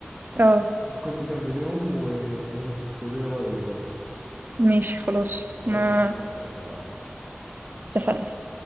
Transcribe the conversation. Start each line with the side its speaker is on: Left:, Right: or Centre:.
Right: اه
Centre: ممكن تكمليهم وتقولي لي رايك برضه
Right: ماشي خلاص
Centre: خلاص
Right: ما
Centre: قشطه اتفقنا
Right: اتفقنا